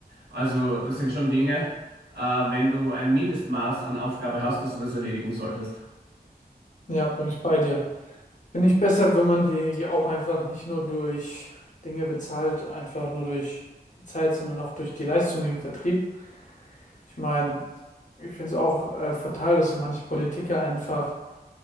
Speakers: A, on the right; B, on the left.
A: Also, das sind schon Dinge, äh, wenn du ein Mindestmaß an Aufgabe hast, dass du das erledigen solltest.
B: Ja, bin ich bei dir. Finde ich besser, wenn man die auch einfach nicht nur durch Dinge bezahlt, einfach nur durch die Zeit, sondern auch durch die Leistung wie im Vertrieb. Ich meine, ich finde es auch äh, fatal, dass so manche Politiker einfach